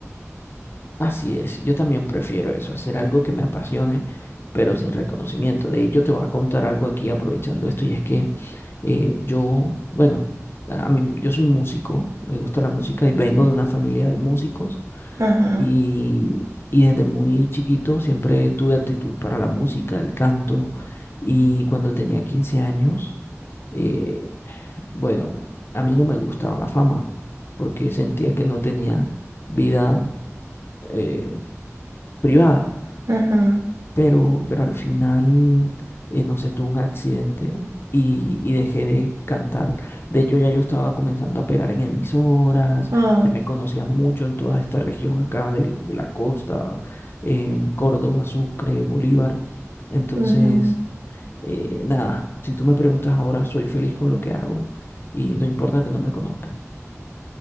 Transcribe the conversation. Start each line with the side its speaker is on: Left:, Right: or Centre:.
Left: Así es, yo también prefiero eso, hacer algo que me apasione pero sin reconocimiento. De hecho, te voy a contar algo aquí aprovechando esto y es que eh, yo, bueno, a mí yo soy músico, me gusta la música y vengo de una familia de músicos
Right: Ajá,
Left: y, y desde muy chiquito siempre tuve actitud para la música, el canto y cuando tenía 15 años, eh, Bueno, a mí no me gustaba la fama porque sentía que no tenía vida eh, privada,
Right: ajá.
Left: pero, pero al final, eh, no sé, tuve un accidente y, y dejé de cantar. De hecho, ya yo estaba comenzando a pegar en emisoras,
Right: Ah,
Left: ya me conocían mucho en toda esta región acá del- de, la costa, en Córdoba, Sucre, Bolívar. Entonces,
Right: ujú.
Left: eh, nada, si tú me preguntas ahora, soy feliz con lo que hago y no importa que no me conozcan.